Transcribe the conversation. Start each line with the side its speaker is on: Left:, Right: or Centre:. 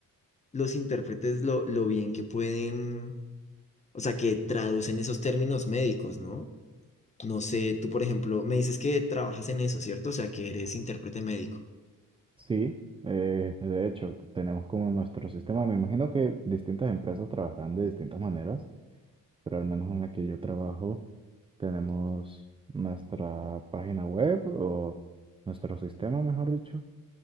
Left: los intérpretes, lo, lo bien que pueden, o sea, que traducen esos términos médicos, ¿no? No sé, tú por ejemplo, me dices que trabajas en eso, ¿cierto? O sea, que eres intérprete médico.
Right: Sí, eh, de hecho, tenemos como nuestro sistema, me imagino que distintas empresas trabajarán de distintas maneras, pero al menos en la que yo trabajo tenemos nuestra página web o nuestro sistema, mejor dicho,